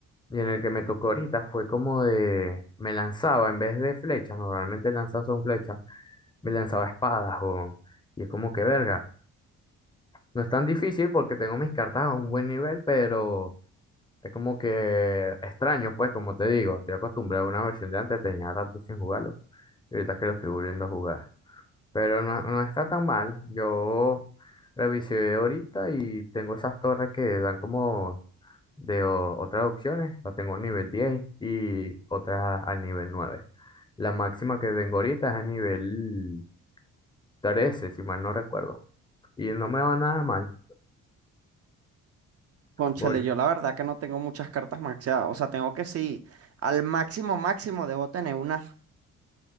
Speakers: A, on the left (about 15°); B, on the right (about 50°).
A: Y en el que me tocó ahorita fue como de, me lanzaba en vez de flechas, normalmente lanzas son flechas, me lanzaba espadas o, y es como que verga. No es tan difícil porque tengo mis cartas a un buen nivel, pero es como que extraño, pues como te digo, estoy acostumbrado a una versión de antes, tenía rato sin jugarlo y ahorita es que lo estoy volviendo a jugar. Pero no, no está tan mal, yo revisé ahorita y tengo esas torres que dan como de o- otras opciones, la tengo a nivel 10 y otras al nivel nueve La máxima que tengo ahorita es a nivel trece si mal no recuerdo. Y no me va nada mal.
B: Cónchale,
A: Por-
B: yo la verdad que no tengo muchas cartas maxeadas. O sea, tengo que sí, al máximo máximo debo tener unas